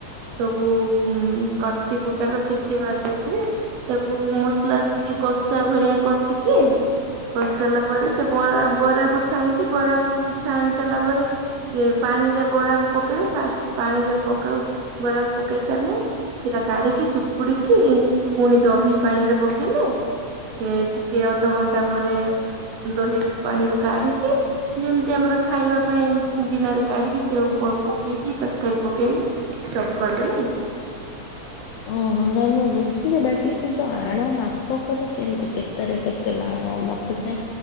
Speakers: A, on the right (about 70°); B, on the left (about 80°).
A: ସବୁ ଉଁ କଟି କୁଟାକ ସିଟି ମାରି ଦେଇଥିବେ। ତାକୁ ମସଲାରେ ଟିକେ କଷା ଭଳିଆ କଷିକି କଷି ସାରିଲା ପରେ ସେ ବରା ବରାକୁ ଛାଣିକି ବରା କ ଛାଣି ସାରିଲା ପରେ ସେ ପାଣିରେ ବରାକୁ ପକେଇବେ ଫାଷ୍ଟ ତାହାରେ ପକାଉ ବରାକୁ ପକେଇ ସାରିଲେ ସେଟା କାଢିକି ଚୁପୁଡିକି ପୁଣି ଦହି ପାଣିରେ ପକେଇଲେ ସେ ଟିକେ ଅଧଘଣ୍ଟା ପରେ ଦହି ପାଣିରୁ କାଢିକି ଯେମିତି ଆମର ଖାଇବା ପାଇଁ ଗିନାରେ କାଢିକି ସେଉ ପ ପକେଇକି ତରକାରୀ ପକେଇକି ସବ୍ କରିଦେଲେ ହେଇଯାଏ।
B: ଓହୋ ନାଇ ମୁଁ ବୁଝିଲି ଯେ ବାକି ସେ ଯୋଉ ଆଣ ମାପ କର କେମିତି କେ ତେରେ କେତେ ମାଣ ମତେ ସେ